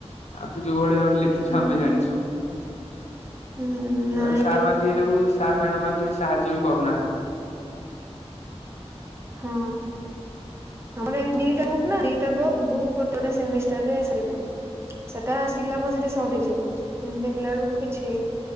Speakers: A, on the left; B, on the right.
A: ଆଉ ସେ ଯୋଉ ଭଳି ଭାବରେ ଲେଖିଚୁ
B: ହୁଁ
A: ଆମେ ଜାଣିଛୁ ତାପରେ
B: ହୁଁ ନାଇଁ
A: ସାର୍ ମାନେ ଟିକେ <unintelligible> ସାର୍, ମ୍ୟାଡାମ୍ ମାନେ ଟିକେ ସାହାଯ୍ୟ ବି କରୁନାହାନ୍ତି।
B: ହଁ। ଆମର ଏମତି ଦି ଟା ବୁକ୍ ନା ଦିଟା ବୁକ୍ ବୁକ୍ ଗୋଟେ ଗୋଟେ ସେମିଷ୍ଟାର୍ ରେ ସାରିବେ। ସେଟା ସିଲାବସ୍ ରେ ସରିଯିବ କିନ୍ତୁ ଦେଖିଲା ବେଳକୁ କିଛି